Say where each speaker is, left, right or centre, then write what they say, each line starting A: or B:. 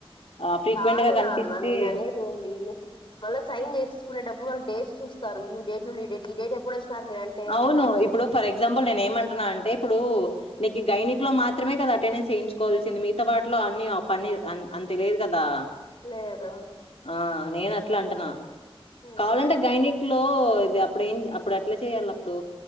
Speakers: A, on the left; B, on the left.
A: ఆ ఫ్రీక్వెంట్
B: కాదు
A: గా
B: నా
A: కనిపిస్తే
B: నాన్న నేను అనేది ఏంది మళ్ళా సైన్ చేసుకునేటప్పుడు వాళ్ళు డేట్స్ చూస్త చూస్తారు ఈ డేట్ నుండి ఈ డేట్ ఎప్పుడు వచ్చినారు మీరంటే
A: అవును ఇప్పుడు ఫర్ ఎగ్జాంపుల్ నేను ఏమంటున్నా అంటే ఇప్పుడు నీకు గైనిక్ లో మాత్రమే కదా అటెండెన్స్ వేయించుకోవాల్సింది మీగత వాటిలో అన్ని పని అంత లేదు కదా
B: లేదు
A: ఆ నేను అట్లా అంటున్నా
B: ఉహు
A: కావాలంటే గైనిక్ గైనిక్ లో ఇది అప్పుడ ఏం అప్పుడు అట్లా చేయాలి అప్పుడు